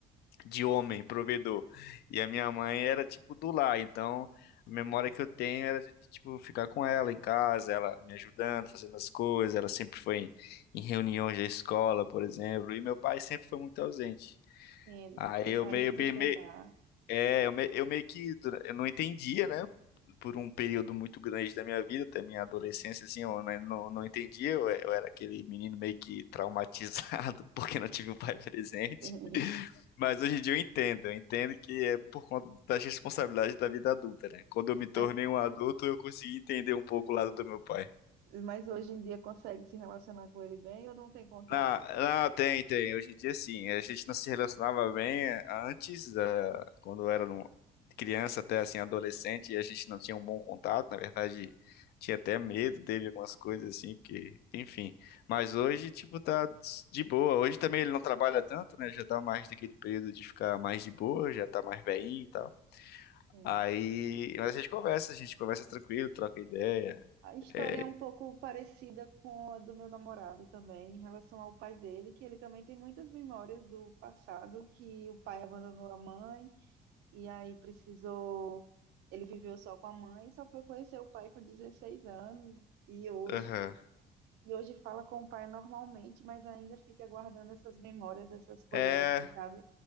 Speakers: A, on the left; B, on the right.
A: de homem, provedor. E a minha mãe era tipo do lar, então a memória que eu tenho era de, tipo ficar com ela em casa, ela me ajudando, fazendo as coisas, ela sempre foi em, em reuniões da escola, por exemplo, e meu pai sempre foi muito ausente.
B: Ele
A: Aí
B: foi mais
A: eu meio,
B: em sustentar.
A: meio, é, eu, me- eu meio que dura- eu não entendia, né? Por um período muito grande da minha vida, até minha adolescência, assim, eu né, não, não entendia. Eu, eu era aquele menino meio que traumatizado <laughs> porque não tive o pai presente.
B: Sim.
A: Mas hoje em dia eu entendo, eu entendo que é por conta das responsabilidades da vida adulta, né? Quando eu me tornei
B: Mas,
A: um adulto, eu consegui entender um pouco o lado do meu pai.
B: mas hoje em dia consegue se relacionar com ele bem ou não tem contato?
A: Não, não, tem, tem. Hoje em dia, sim. A gente não se relacionava bem antes, eh, quando eu era num- criança até assim, adolescente, e a gente não tinha um bom contato. Na verdade, tinha até medo dele, algumas coisas assim, porque, enfim. Mas hoje, tipo, tá de boa. Hoje também ele não trabalha tanto, né? Já tá mais daquele período de ficar mais de boa, já tá mais velhinho e tal.
B: Sim.
A: Aí, mas a gente conversa, a gente conversa tranquilo, troca ideia.
B: A história
A: É,
B: é um pouco parecida com a do meu namorado também, em relação ao pai dele, que ele também tem muitas memórias do passado, que o pai abandonou a mãe e aí precisou, ele viveu só com a mãe, só foi conhecer o pai com 16 anos e hoje
A: Aham.
B: e hoje fala com o pai normalmente, mas ainda fica guardando essas memórias, essas coisas
A: É,
B: assim, sabe?